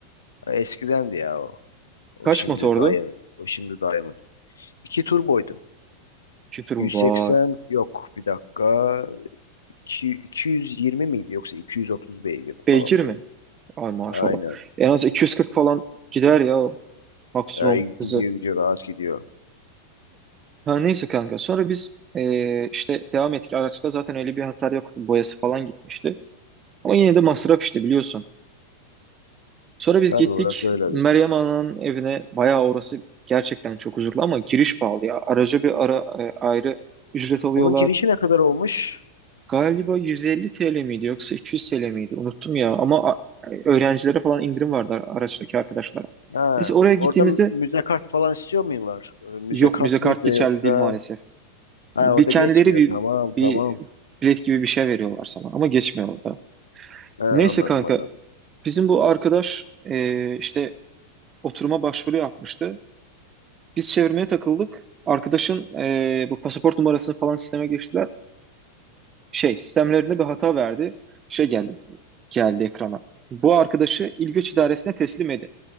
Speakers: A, on the left; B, on the right.
A: Ya Eskidendi ya o. O
B: Kaç
A: şimdi
B: motordu?
A: dayı. O şimdi dayımın. İki turboydu.
B: Kütür var.
A: 180 yok bir dakika. İki- 220 miydi yoksa 230 beygirdi
B: Beygir
A: falan
B: mi?
A: böyle.
B: Ay maşallah.
A: Aynen.
B: En az 240 falan gider ya o maksimum
A: Ay gidiyor
B: hızı.
A: gidiyor rahat gidiyor.
B: Ha neyse kanka. Sonra biz eee, işte devam ettik. Araçta zaten öyle bir hasar yoktu. Boyası falan gitmişti. Ama yine de masraf işte biliyorsun. Sonra biz
A: Tabii
B: gittik
A: orası öyledir.
B: Meryem Ana'nın evine. Bayağı orası gerçekten çok huzurlu ama giriş pahalı ya. Araca bir ara, e, ayrı ücret alıyorlar.
A: Onun girişi ne kadar olmuş?
B: Galiba 150 TL miydi yoksa 200 TL miydi? Unuttum ya ama a- öğrencilere falan indirim vardı araçtaki arkadaşlara.
A: Ha,
B: Neyse oraya gittiğimizde
A: orada m- müze kart falan istiyor muylar? Ee, Müze
B: yok
A: kart
B: müze kart
A: mıydı
B: geçerli
A: yoksa?
B: değil maalesef.
A: Ha
B: Bir
A: orada
B: kendileri
A: geçmiyor.
B: bir,
A: Tamam tamam.
B: bir bilet gibi bir şey veriyorlar sana ama geçmiyor da.
A: Ha,
B: Neyse
A: anladım
B: kanka
A: anladım.
B: bizim bu arkadaş e, işte oturuma başvuru yapmıştı. Biz çevirmeye takıldık. Arkadaşın e, bu pasaport numarasını falan sisteme geçtiler. Şey, sistemlerinde bir hata verdi. Şey geldi, geldi ekrana. Bu arkadaşı İl Göç İdaresi'ne teslim edin.